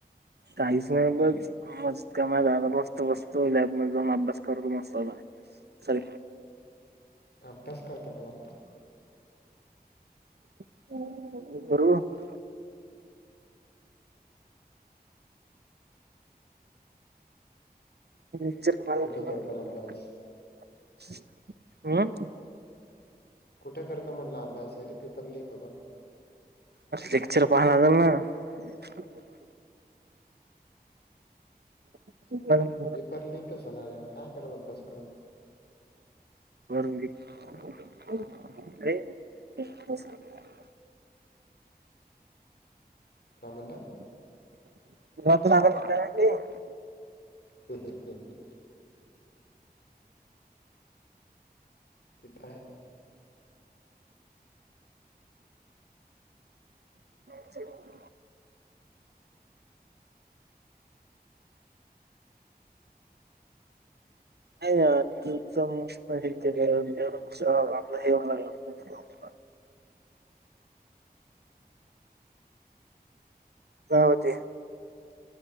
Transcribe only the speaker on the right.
काहीच
नाही बघ आज कमाणार मस्त बसतो लॅब मध्ये जाऊन अभ्यास करतो मस्त आता
<unintelligible> <unintelligible>
हं
लेक्चर पाहा लागल न <unintelligible> <inaudible>
<unintelligible>
<unintelligible>
् <unintelligible> नाही त आपला हे ऊन लाग <inaudible> <unintelligible> गावात ये.